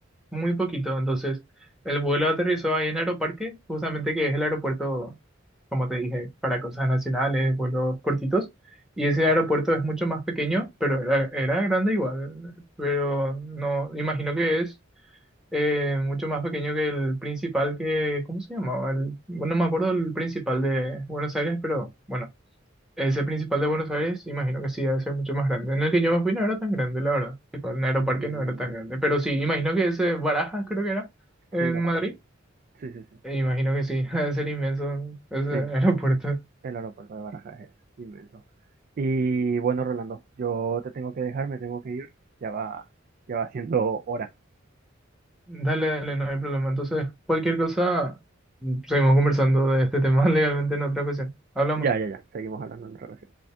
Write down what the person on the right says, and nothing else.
Mm,
sí, Barajas,
sí, sí, sí.
Sí,
El aeropuerto de Barajas es inmenso. Y bueno, Rolando, yo te tengo que dejar, me tengo que ir. Ya va, ya va siendo hora.
Ya, ya, ya. Seguimos hablando en relación.